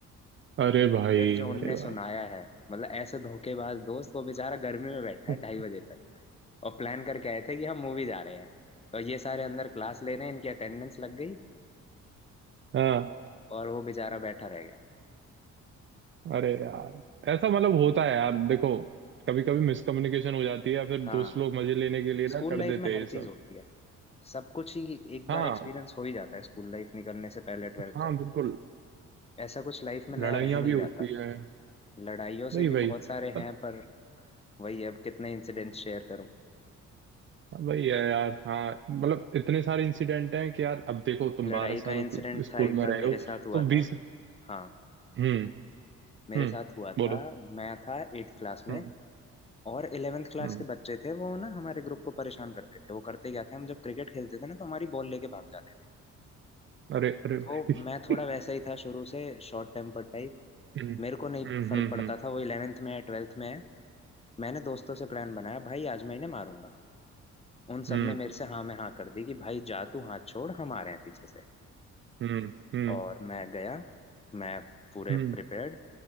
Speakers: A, on the right; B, on the left.
A: अरे भाई
B: और फिर जो उनने
A: अरे भाई
B: सुनाया है मतलब ऐसे धोखेबाज दोस्त वो बेचारा गर्मी में बैठा
A: <laughs>
B: है ढाई बजे तक और प्लान करके आए थे कि हम मूवी जा रहे हैं तो ये सारे अंदर क्लास ले रहे हैं इनकी अटेंडेंस लग गई
A: हाँ
B: और वो बेचारा बैठा रह गया
A: अरे यार ऐसा मतलब होता है यार देखो कभी कभी मिसकम्युनिकेशन हो जाती है या फिर
B: हाँ
A: दोस्त लोग मजे लेने के लिए ना
B: स्कूल
A: कर
B: लाइफ
A: देते
B: में हर
A: हैं ये सब
B: चीज होती है सब कुछ ही एक
A: हाँ
B: बार एक्सपीरियंस हो ही जाता है स्कूल लाइफ निकलने से पहले ट्वेल्थ
A: हाँ
B: तक
A: बिल्कुल
B: ऐसा कुछ लाइफ में नया
A: लड़ाइयाँ
B: रह नहीं
A: भी होती
B: जाता
A: हैं
B: लड़ाइयों
A: वही
B: से भी
A: वही
B: बहुत सारे
A: पत-
B: हैं पर वही अब कितने इंसिडेंट्स शेयर करूं
A: वही है यार हाँ मतलब इतने सारे इंसिडेंट हैं कि यार अब देखो तुम
B: लड़ाई
A: बारह साल
B: का इंसिडेंट
A: स्कूल
B: था एक
A: में
B: बार
A: रहे
B: मेरे
A: हो
B: साथ हुआ
A: तो बीस
B: था हाँ
A: हम्म
B: मेरे
A: हम्म
B: साथ हुआ था
A: बोलो
B: मैं था एट्थ क्लास में
A: हम्म
B: और इलेवेंथ क्लास
A: हम्म
B: के बच्चे थे वो ना हमारे ग्रुप को परेशान करते थे वो करते क्या थे हम जब क्रिकेट खेलते थे ना तो हमारी बॉल लेके भाग जाते
A: अरे अरे
B: तो
A: भाई
B: मैं
A: <laughs>
B: थोड़ा वैसा ही था शुरू से शॉर्ट टेम्पर टाइप
A: हम्म
B: मेरे को नहीं
A: हम्म
B: फर्क पड़ता
A: हम्म
B: था वो इलेवेंथ में है ट्वेल्थ में है मैंने दोस्तों से प्लान बनाया भाई आज मैं इन्हें मारूंगा उन
A: हम्म
B: सब ने मेरे से हाँ में हाँ कर दी कि भाई जा तू हाथ छोड़ हम आ रहे हैं पीछे से
A: हम्म हम्म
B: और मैं गया मैं पूरे
A: हम्म,
B: प्रिपेयर्ड